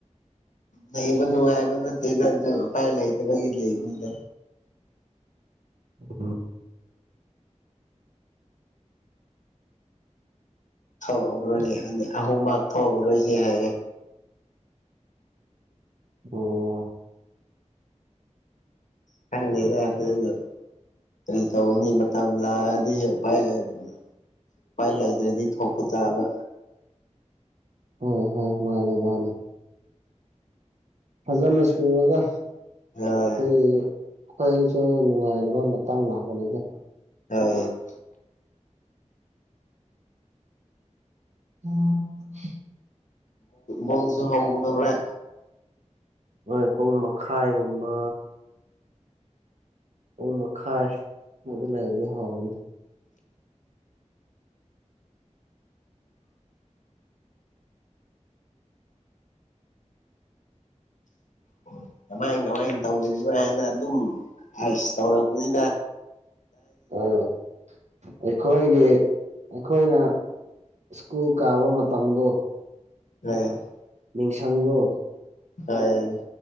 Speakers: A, on the left (about 85°); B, on the right (about 70°).
A: ꯂꯩꯕꯟꯅꯨꯡꯥꯏꯕ ꯅꯥꯠꯇꯦꯗ ꯄꯥꯏ ꯂꯩꯇꯕꯒꯤ ꯂꯩꯕꯅꯤꯗ꯫
B: ꯎꯝ
A: ꯊꯣꯛꯔꯣ ꯑꯍꯣꯝ ꯃꯥ ꯊꯣꯛꯎꯔꯣꯏꯁꯤ ꯍꯥꯏꯌꯦ꯫
B: ꯑꯣ
A: ꯈꯉꯥꯗꯦꯗꯥ ꯑꯗꯨꯒꯤ꯫ ꯀꯩꯗꯥꯎꯅꯤ ꯃꯥꯇꯝ ꯂꯛꯑꯗꯤ ꯄꯥꯏ ꯂꯩꯇꯦ꯫ ꯎꯄꯥꯏ ꯂꯩꯗ꯭ꯔꯗꯤ ꯊꯣꯛꯄ ꯇꯥꯕ꯫
B: ꯑꯣ ꯍꯣꯏ ꯃꯥꯅꯦ ꯃꯥꯅꯦ꯫ ꯐꯖꯅ ꯁꯨꯔꯒ
A: ꯍꯣꯏ
B: ꯑꯩꯈꯣꯏꯒꯤ꯫ ꯑꯈꯣꯏꯁꯨ ꯅꯨꯡꯉꯥꯏꯔꯕ ꯃꯇꯥꯡ ꯂꯥꯛꯀꯅꯤꯗ꯫
A: <unintelligible>
B: <inaudible>
A: ꯕꯣꯜꯁꯨ ꯍꯒꯗꯔꯦ꯫
B: ꯑꯩꯣꯏ ꯄꯨꯡ ꯃꯈꯥꯏꯒꯨꯝꯕ ꯄꯨꯡ ꯃꯈꯥꯏ ꯑꯗꯨ ꯂꯩꯔꯒꯦ ꯍꯥꯎꯅꯤ꯫
A: ꯑꯣ ꯀꯃꯥꯏ ꯀꯃꯥꯏ ꯇꯧꯔꯤꯕꯥ ꯍꯥꯏꯅ ꯑꯗꯨꯝꯁ ꯇꯧꯔꯕꯅꯤꯅ
B: ꯑꯣ ꯑꯩꯈꯣꯏꯒꯤ ꯑꯩꯈꯣꯏꯅ ꯁ꯭ꯀꯨꯜ ꯀꯥꯕ ꯃꯇꯝꯗꯣ
A: <unintelligible>
B: ꯅꯤꯡꯁꯤꯡꯪꯕꯔꯣ꯫
A: ꯍꯥꯏ